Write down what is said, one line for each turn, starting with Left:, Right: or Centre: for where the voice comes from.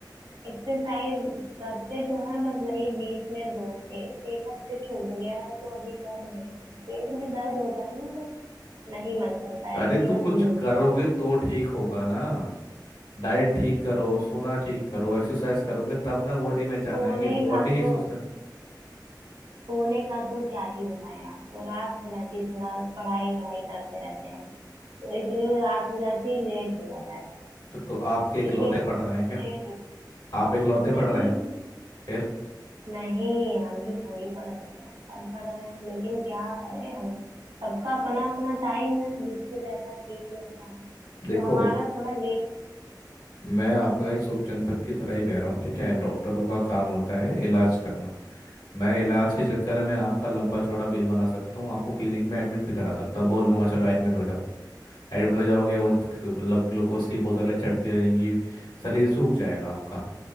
Right: एक्सरसाइज करते तो हैं बस वही बीच में दो एक एक हफ्ते छूट गया है तो अभी कर नहीं रहे हैं पेट में दर्द होता है ना तो नहीं मन करता है
Left: अरे
Right: हिम्मत
Left: तो कुछ
Right: भी नहीं
Left: करोगे
Right: होती
Left: तो ठीक होगा ना डाइट ठीक करो सोना ठीक करो एक्सरसाइज करोगे तब ना बॉडी में जान
Right: सोने
Left: आएगी बॉडी
Right: का
Left: ही
Right: तो
Left: सुस्त है
Right: सोने का तो क्या ही बताएं आपको रात हो जाती है थोड़ा पढ़ाई वढ़ाई करते रहते हैं तो इसलिए रात हो जाती है लेट हो जाता है
Left: अच्छा, तो आपके इकलौते
Right: इसलिए लेट
Left: पढ़ रहे हैं क्या आप इकलौते
Right: नहीं
Left: पढ़ रहे हैं फिर
Right: नहीं हम ही थोड़ी पढ़ रहे हैं सब पढ़ रहे हैं लेकिन क्या करें हम सबका अपना अपना टाइम है जिसको जैसा ठीक लगता है
Left: देखो
Right: तो हमारा थोड़ा लेट
Left: मैं आपका
Right: हुआ
Left: एक शुभचिंतक की तरह ही कह रहा हूँ ठीक है डॉक्टरों का काम होता है इलाज करना मैं इलाज
Right: हाँ,
Left: के चक्कर में
Right: हाँ,
Left: आपका लंबा चौड़ा बिल बना सकता हूँ आपको क्लिनिक में एडमिट भी करा सकता हूँ बोल दूंगा चलो एडमिट हो जाओ एडमिट हो जाओगे वो मतलब ग्लूकोज की बोतलें चढ़ती रहेंगी शरीर सूख जाएगा आपका